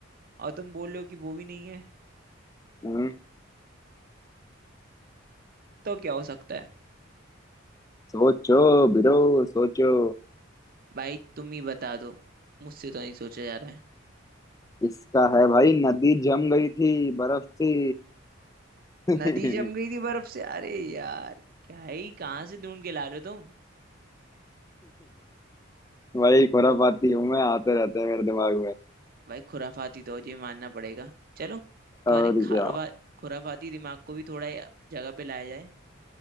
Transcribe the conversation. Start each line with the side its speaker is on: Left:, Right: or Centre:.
Right: और तुम बोल रहे हो कि वो भी नहीं है
Left: हम्म
Right: तो क्या हो सकता है
Left: सोचो बिरो सोचो
Right: भाई तुम ही बता दो मुझसे तो नहीं सोचा जा रहा है
Left: इसका है भाई नदी जम गई थी बर्फ थी <laughs>
Right: नदी जम गई थी बर्फ से अरे यार क्या ही कहाँ से ढूंढ के ला रहे हो तुम
Left: भाई खुरापाती हूँ मैं आते रहते हैं मेरे दिमाग
Right: भाई खुराफाती तो ये मानना पड़ेगा चलो
Left: और
Right: तुम्हारे खारवा
Left: या
Right: खुराफाती दिमाग को भी थोड़ा या- जगह पे लाया जाए